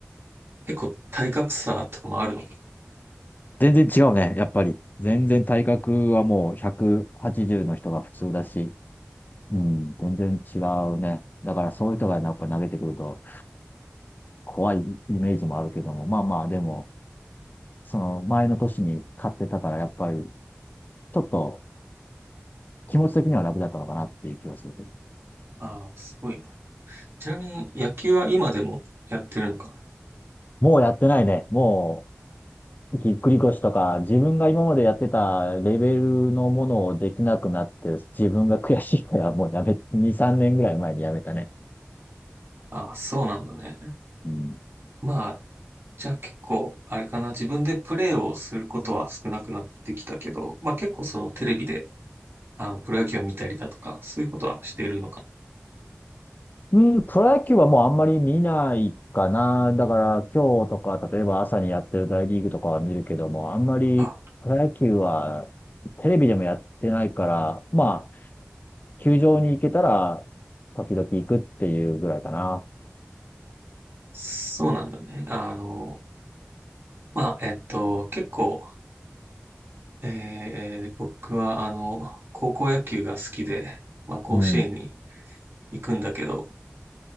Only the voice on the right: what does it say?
結構体格差とかもあるのか。
ああ、すごいな。ちなみに野球は今でもやってるのか。
ああ、そうなんだね。
まあ、じゃあ結構、あれかな、自分でプレーをすることは少なくなってきたけど、まあ結構そのテレビであの、プロ野球を見たりだとか、そういうことはしているのか。
あ、
そうなんだね。あの、まあ、えっと、結構、えー僕は、あの、高校野球が好きで、まあ、甲子園に
行くんだけど、